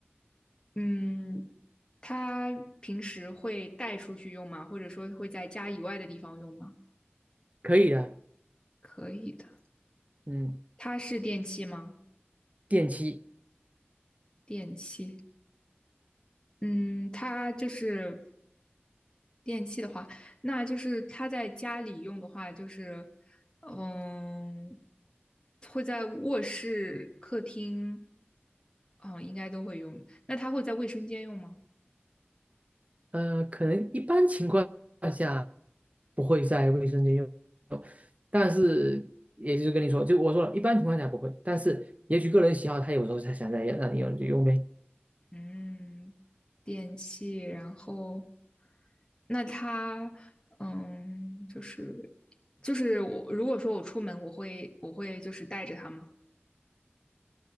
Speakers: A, on the left (about 20°); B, on the right (about 35°).
A: 嗯，它平时会带出去用吗？或者说会在家以外的地方用吗？
B: 可以的，
A: 可以的，
B: 嗯，
A: 它是电器吗？
B: 电器，
A: 电器，嗯，它就是电器的话，那就是他在家里用的话，就是嗯，会在卧室、客厅，嗯，应该都会用。那他会在卫生间用吗？
B: 呃，可能一般情况下不会在卫生间用，但是也就是跟你说，就我说了，一般情况下不会，但是也许个人喜好，他有时候他想在让你用你就用呗，
A: 嗯，电器，然后那他嗯，就是就是我如果说我出门，我会我会就是带着它吗？